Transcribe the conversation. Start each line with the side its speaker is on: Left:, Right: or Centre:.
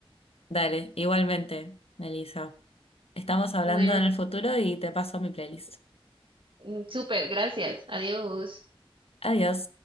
Left: Dale, igualmente, Melissa. Estamos hablando
Right: Bueno,
Left: en el futuro y te paso mi playlist.
Right: mm, súper, gracias. Adiós.
Left: Adiós.